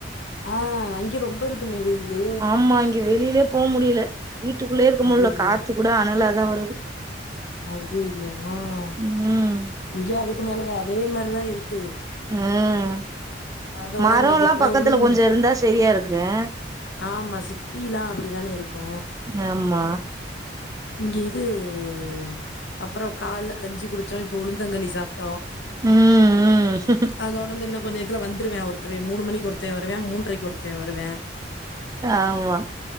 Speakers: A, on the left (about 75°); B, on the right (about 20°).
A: ஆ அங்க ரொம்ப இருக் க்குமே வெயிலு
B: ஆமா இங்க வெளிலே போ முடியல வீட்டுக்குள்ளே இருக்க
A: ஐயய்யோ!
B: முடியல காத்து கூட அனலாதா வருது
A: அய்யய்யோ ம்
B: ம்
A: இங்கே அதுக்கு மேலதா அதே மாரிதா இருக்கு
B: ம்
A: அதோட
B: மரோல்லா
A: இன்னைக்கு இப்பதான்
B: பக்கத்துல
A: உளுந்
B: கொஞ்ச இருந்தா செரியா இருக்கு அ
A: ஆமா சிட்டியில்லா அப்டிதானே இருக்கு
B: ஆமா
A: இங்க இது உ அப்பற கால்ல கஞ்சி குடிச்சோ இப் இப்ப உளுந்தங்களி சாப்ட்டோ
B: ம் ம்
A: அதோட இன்னோ கொஞ்ச நே ரத்துலா வந்துருவ ஒருத்தவே மூணு மணிக்கி ஒருத்தவ வருவா மூன்றரைக்கி ஒருத் த வருவே
B: ஆமா